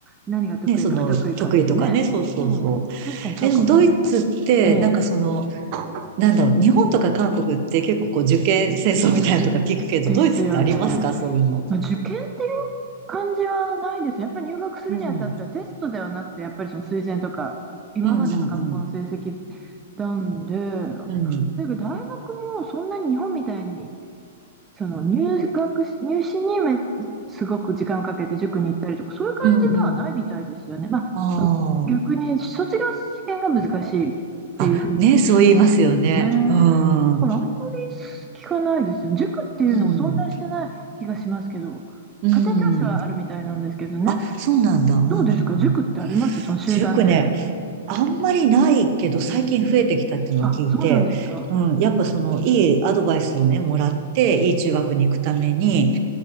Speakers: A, on the right; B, on the right.
A: 何が得意か不得意かってね。
B: ね、その、得意とかね、そうそうそ
A: うん、確かにそうかもしれない。
B: う。え、でも、ドイツって、
A: ええ、
B: なんかその、なんだろう、日本とか韓国って結構こう受験戦争みたいなのとか聞くけど、
A: うん、ですよね。
B: ドイツってありますかそういうの。
A: まあ、受験っていう感じはないですね。やっぱり入学するにあたってはテストではなくて、
B: うん。
A: やっぱりその推薦とか、今までの学校の成績
B: うんうん
A: なんで、だけど大学もそんなに日本みたいに
B: うん。うん。
A: その入学し、入試にめすごく時間をかけて塾に行ったりとか、そういう感じではないみたいですよね。
B: うんうん。
A: まあ、
B: あ
A: その逆に卒業試験が難しいっていうふうに聞きますね。
B: あ。あ、ね、そう言いますよね。うん。
A: だからあんまり
B: う
A: 聞かないですよ。塾っていうのも存在してない気がしますけど、
B: ん。うん。
A: 家庭教師はあるみたいなんですけどね。
B: あ、そうなんだ。うん。
A: どうですか塾ってありますその集団で。
B: 塾ね、あんまりないけど、最近増えてきたっていうのは聞いて、
A: あ、そうなんですか。
B: うん、やっぱその、いいアドバイスをね、もらって、いい中学に行くために、